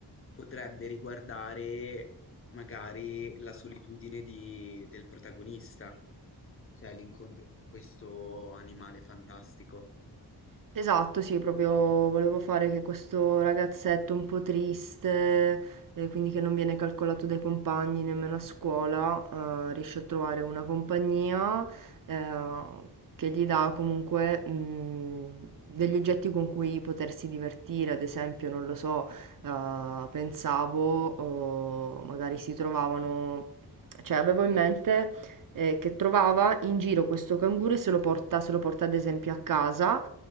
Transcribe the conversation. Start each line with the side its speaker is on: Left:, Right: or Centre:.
Left: potrebbe riguardare magari la solitudine di- del protagonista, cioè l'incontro con questo animale fantastico.
Right: Esatto, sì, proprio volevo fare che questo ragazzetto un po' triste, eh, quindi che non viene calcolato dai compagni nemmeno a scuola, eh, riesce a trovare una compagnia, eh, che gli dà comunque, mh, degli oggetti con cui potersi divertire, ad esempio, non lo so, eh, pensavo, o magari si trovavano, cioè avevo in mente, eh, che trovava in giro questo canguro e se lo porta, se lo porta ad esempio a casa